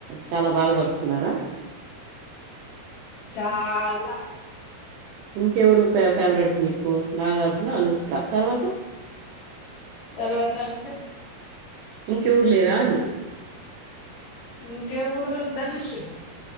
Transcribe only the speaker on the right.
చాలా బాధపడుతున్నారా
ఇంకెవరు పేవ్ ఫేవరెట్ మీకు నాగార్జున అనుష్క తర్వాత
ఇంకెవరు లేరా అని